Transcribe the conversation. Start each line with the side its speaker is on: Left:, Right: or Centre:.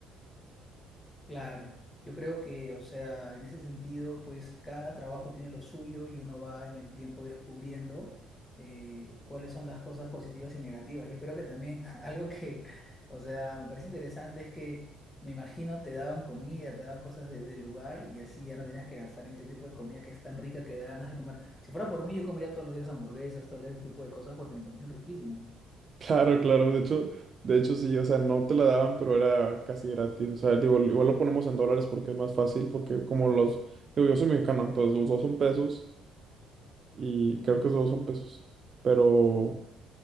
Left: Claro, yo creo que, o sea, en ese sentido, pues cada trabajo tiene lo suyo y uno va en el tiempo descubriendo eh, cuáles son las cosas positivas y negativas. Yo creo que también <laughs> algo que, o sea, me parece interesante es que me imagino te daban comida, te daban cosas de- del lugar y así ya no tenías que gastar en ese tipo de comida que es tan rica que da ganas de comer. Si fuera por mí, yo comería todos los días hamburguesas, todo ese tipo de cosas porque me parecen riquísimas.
Right: Claro, claro, de hecho, de hecho sí, o sea, no te la daban, pero era casi gratis, o sea, digo, igual lo ponemos en dólares porque es más fácil, porque como los, digo, yo soy mexicano, entonces los dos son pesos y creo que los dos son pesos, pero